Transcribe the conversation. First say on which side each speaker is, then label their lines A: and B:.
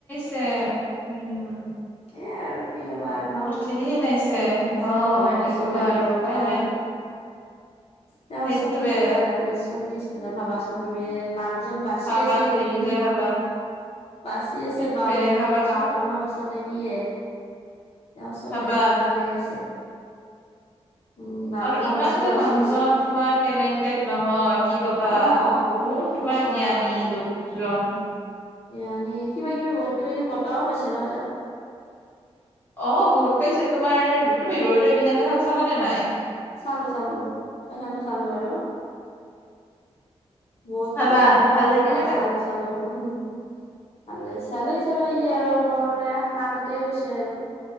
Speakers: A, on the left (about 15°); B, on the left (about 70°).
A: এয়া, উম।
B: এয়া আৰু কি কবা আৰ ন!
A: <unintelligible> খিনাইছে,
B: তেওঁ
A: অ
B: ভবাই নাছিল
A: কি কবা
B: না সেইটো
A: আৰু উপায়
B: কথা
A: নাই।
B: আৰু তেওঁ
A: সেইটোৱে
B: চল্লিশ হাজাৰ গান গাইছে চল্লিশ হাজাৰ ভাবাচোন তুমি এ মানুহজন বাচি
A: ভাবা
B: আছে
A: তুমি
B: কেইদিন!
A: নিজে ভাবা
B: বাচি আছে
A: সেইটোয়ে
B: বাৱন
A: ভাবাচোন
B: বাৱন্ন বছৰ নেকি হে, তেওঁ চল্লিশ
A: ভাবা
B: হাজাৰ গানে গাইছে। উম, বাৱন্ন
A: আৰু ইমান
B: বছৰ
A: যে
B: বাচি
A: মানুহজন
B: আছে।
A: তোমাৰ টেলেণ্টেড নহয় কি কবা!
B: অ একদম
A: বহুত
B: কি কৈছা
A: তোমাৰ জ্ঞানী লোকজন।
B: জ্ঞানী কিবা-কিবি বহুত কিবা-কিবি বটাঁও পাইছে ন তেওঁ!
A: অ বহুত পাইছে তোমাৰ তুমি ৰৈ ৰৈ বিনালে খন চালানে নাই?
B: চালোঁ চালোঁ সেইখানো চালোঁ বাৰু। বহুত
A: চালা
B: কি মানে
A: ভাল লাগিলে
B: অ
A: নে
B: চালোঁ চালোঁ, উম। ভাল লাগিছে, ভাল লাগিছে মানে কি আৰু মোৰ মানে কান্দোতেই গৈছে আৰু।